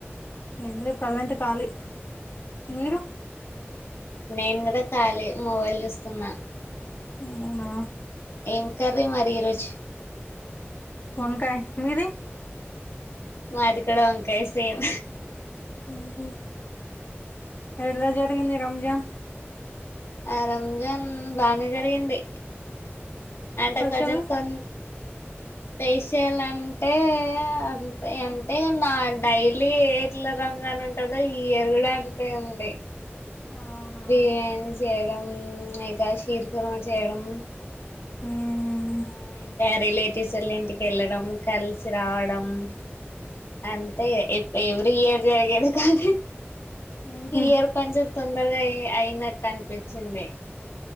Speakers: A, on the left (about 45°); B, on the left (about 70°).
A: ఏం లే ప్రజెంట్ కాళీ మీరు
B: నేను కూడా ఖాళీ మొబైల్ చూస్తున్న
A: అవునా
B: ఏం కర్రీ మరి ఈరోజు
A: వంకాయ మీది
B: మాది కూడా వంకాయ సేమ్
A: ఊహు ఎలా జరిగంది రంజాన్
B: ఆ రంజాన్ బానే జరిగింది అంటే
A: స్పెషల్
B: కొంచెం తో స్పెషల్ అంటే అంతే అంటే నా డైలీ ఎట్ల రంజాన్ ఉంటుందో ఇయర్ కూడా అంతే ఉంది
A: అవునా
B: బిర్యానీ చేయడం ఇంకా షీర్ కురమ చేయడం
A: ఉమ్
B: ఆ ఇంకా రిలేటివ్స్ వాళ్ళ ఇంటికి వెళ్ళడం కలిసి రావడం అంతే ఎ ఎవర్రీ ఇయర్ జరిగేది కాని
A: ఉహు
B: ఈ ఇయర్ కొంచెం తొందరగా అయి అయినట్టు అనిపించింది